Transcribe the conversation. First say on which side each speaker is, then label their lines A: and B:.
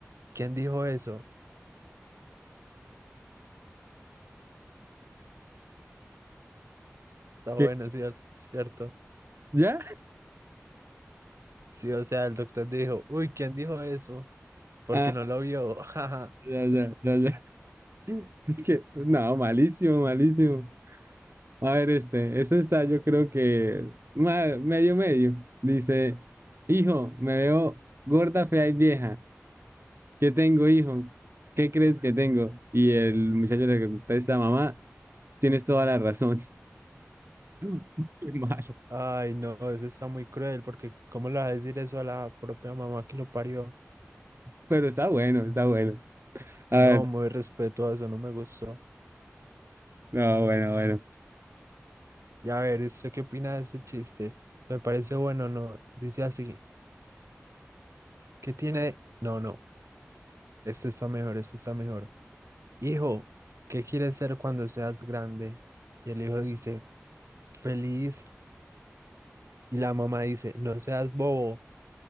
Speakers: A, on the right (about 80°); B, on the right (about 55°).
A: ¿quién dijo eso? Está bueno,
B: ¿Qué?
A: cier- cierto.
B: ¿Ya?
A: Sí, o sea, el doctor dijo, uy, ¿quién dijo eso? Porque
B: Ah,
A: no lo vio. <laughs>
B: ya, ya, ya, ya. <laughs> Es que, no, malísimo, malísimo. A ver, este, eso está, yo creo que ma- medio, medio. Dice, hijo, me veo gorda, fea y vieja. ¿Qué tengo, hijo? ¿Qué crees que tengo? Y el muchacho le contesta, mamá, tienes toda la razón. <laughs> Qué mal.
A: Ay, no, eso está muy cruel porque ¿cómo le va a decir eso a la propia mamá que lo parió?
B: Pero está bueno, está bueno. A
A: No,
B: ver,
A: muy respetuoso, no me gustó.
B: no, bueno, bueno.
A: Y a ver, ¿usted qué opina de este chiste? ¿Le parece bueno o no? Dice así, ¿qué tiene? No, no, este está mejor, este está mejor. Hijo, ¿qué quieres ser cuando seas grande? Y el hijo dice, feliz. Y la mamá dice, no seas bobo,